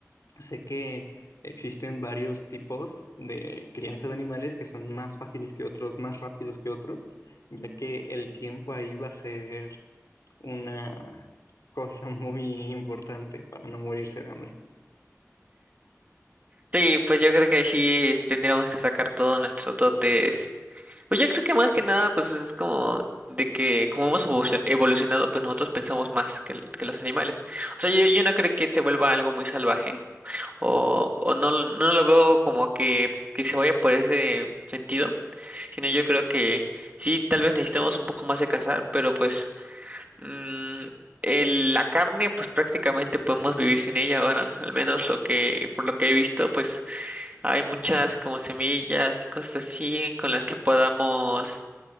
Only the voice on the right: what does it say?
Sí, pues yo creo que ahí sí tendríamos que sacar todos nuestros dotes. Pues yo creo que más que nada, pues es como de que como hemos evolucio- evolucionado, pues nosotros pensamos más que, l- que los animales. O sea, yo, yo no creo que se vuelva algo muy salvaje. o, o no, no lo veo como que, que se vaya por ese sentido, sino yo creo que sí, tal vez necesitamos un poco más de cazar, pero pues mm, el- la carne pues prácticamente podemos vivir sin ella, bueno, al menos lo que, por lo que he visto, pues hay muchas como semillas y cosas así con las que podamos,